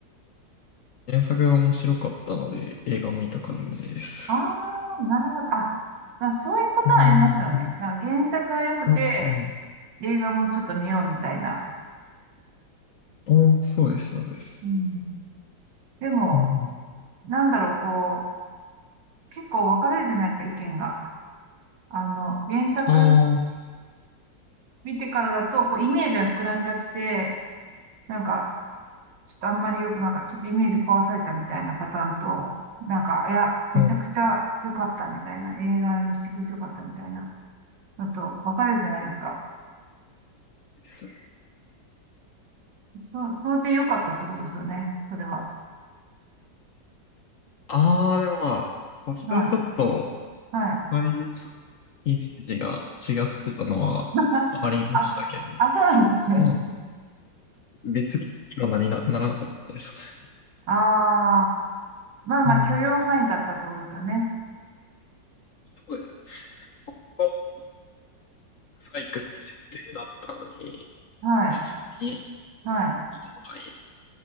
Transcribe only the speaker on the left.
原作が面白かったので映画を見た感じです。
うん。
うん。
お、そうです、そうです。
うん。
ああ、
そう
です
ああ、でもまあ、多少ちょっと、
俳優さんのイメージが違ってたのはありましたけど、
まあ、別に気にはなりな、ならなかったですね。
うんそうですね。本当、サイクって設定だったのに、
普通に
いいのがいい、